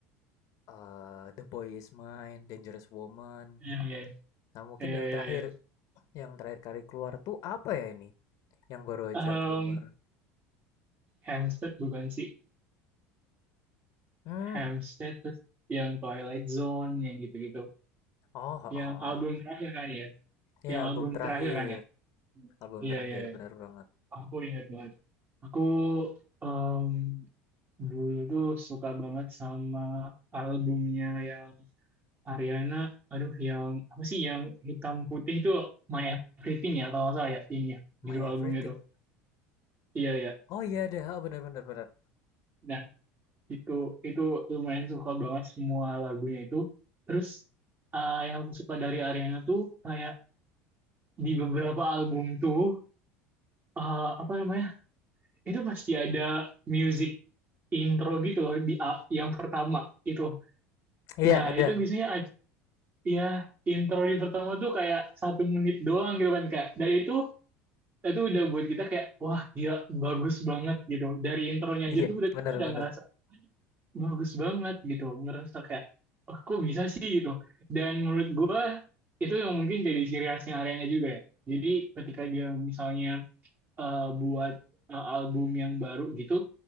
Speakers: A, on the left; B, on the right.
A: Eh, The Boy Is Mine, Dangerous Woman.
B: Iya iya
A: Nah mungkin
B: iya
A: yang terakhir,
B: iya. iya.
A: yang terakhir kali keluar tuh apa ya ini? Yang baru aja
B: Em,
A: keluar.
B: Hampstead bukan sih.
A: Hmm.
B: Hampstead terus yang Twilight Zone yang gitu-gitu.
A: Oh, Oh. Oh.
B: Yang
A: ha.
B: album terakhir kan ya.
A: Iya,
B: Yang
A: album
B: album
A: terakhir.
B: terakhir kan ya.
A: Album
B: Iya
A: terakhir,
B: iya iya.
A: bener banget.
B: Aku ingat banget. Aku em, dulu tuh suka banget sama albumnya yang Ariana. Aduh yang apa sih yang hitam putih itu My Everything ya kalau nggak salah ya ini ya
A: My
B: judul
A: Everything.
B: albumnya tuh. Iya iya.
A: Oh iya ada, Oh bener bener. bener, bener.
B: Nah Itu itu lumayan suka banget semua lagunya itu. Terus eh, yang aku suka dari Ariana tuh kayak di beberapa album tuh eh, apa namanya? Itu pasti ada music intro gitu loh di a- yang pertama itu.
A: Iya
B: Nah,
A: ada.
B: itu biasanya ada ya intro di pertama tuh kayak satu menit doang gitu kan Kak. Dan itu itu udah buat kita kayak wah gila bagus banget gitu. Dari intronya aja
A: Iya,
B: tuh udah
A: bener-bener.
B: kita udah ngerasa bagus banget gitu ngerasa kayak oh, kok bisa sih gitu dan menurut gue itu yang mungkin jadi ciri khasnya Ariana juga ya jadi ketika dia misalnya eh, buat eh, album yang baru gitu